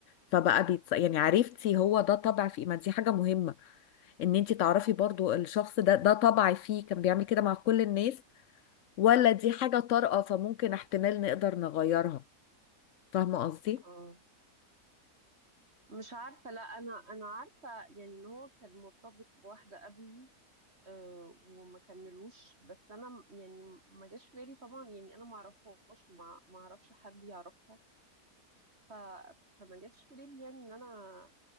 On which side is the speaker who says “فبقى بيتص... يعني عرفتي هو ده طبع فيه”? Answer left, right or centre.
Left